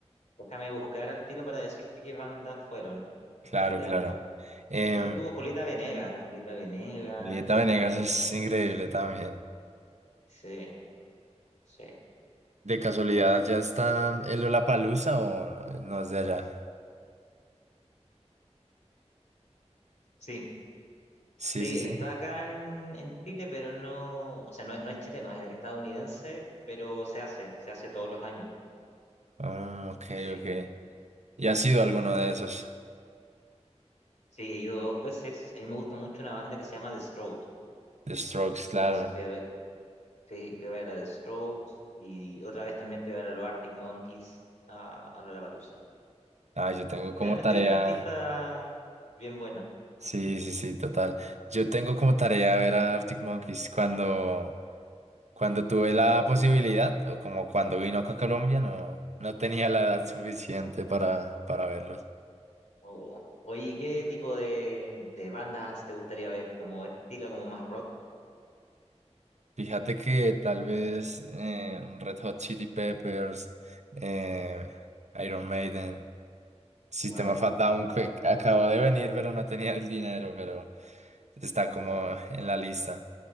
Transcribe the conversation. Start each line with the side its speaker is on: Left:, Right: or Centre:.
Left: Déjame buscar al tiro para decirte qué bandas fueron
Right: Claro,
Left: este
Right: claro.
Left: año.
Right: Eh,
Left: Creo que estuvo Julieta Venegas, Julieta Venegas,
Right: Julieta Venegas
Left: em,
Right: es increíble también.
Left: sí, sí,
Right: ¿De casualidad ya están el Lollapalooza o no no es de allá?
Left: sí,
Right: Sí,
Left: Sí,
Right: sí, sí.
Left: está acá en, en Chile, pero no, o sea, no, es- no es chileno, es estadounidense, pero se hace, se hace todos los años.
Right: Ah, ok,
Left: Sí,
Right: ok. ¿Y ha sido alguno de esos?
Left: sí, he ido dos veces. A mí me gusta mucho una banda que se llama The Strokes.
Right: The Strokes, claro.
Left: Entonces fui a ver, sí, fui a ver a The Strokes y otra vez también fui a ver a los Arctic Monkeys a, a Lollapalooza.
Right: Ah, yo tengo como
Left: Generalmente
Right: tarea.
Left: vienen artistas bien buenos.
Right: Sí, sí, sí, total. Yo tengo como tarea ver a Arctic Monkeys cuando, cuando tuve la posibilidad, o como cuando vino acá a Colombia, no, no tenía la edad suficiente para, para verlos.
Left: O- oye, ¿y ¿qué tipo de, de bandas te gustaría ver? ¿Como este estilo, como más rock?
Right: Fíjate que tal vez eh, Red Hot Chili Peppers, eh, Iron Maiden, System
Left: Wow.
Right: of a Down, que acabo de venir, pero no tenía el dinero, pero está
Left: O-
Right: como en la lista.